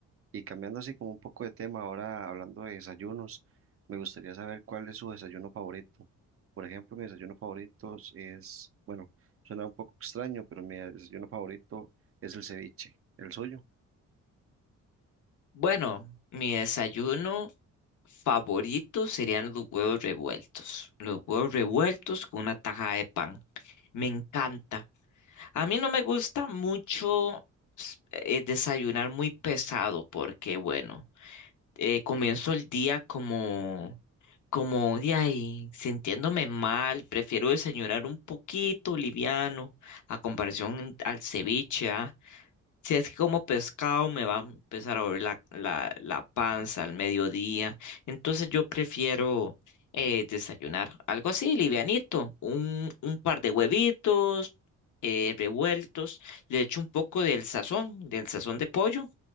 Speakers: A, on the right; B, on the left.
A: Y cambiando así como un poco de tema, ahora hablando de desayunos, me gustaría saber cuál es su desayuno favorito. Por ejemplo, mi desayuno favorito es, bueno, suena un poco extraño, pero mi desayuno favorito es el ceviche, el suyo.
B: Bueno, mi desayuno favorito serían los huevos revueltos. Los huevos revueltos con una taja de pan. Me encanta. A mí no me gusta mucho s- eh, desayunar muy pesado porque, bueno, eh, comienzo el día como, como de ahí, sintiéndome mal. Prefiero desayunar un poquito liviano a comparación al ceviche, ¿ah? Si es que como pescado me va a empezar a doler la, la, la panza al mediodía. Entonces yo prefiero eh, desayunar algo así, livianito. Un, un par de huevitos eh, revueltos, le echo un poco del sazón, del sazón de pollo,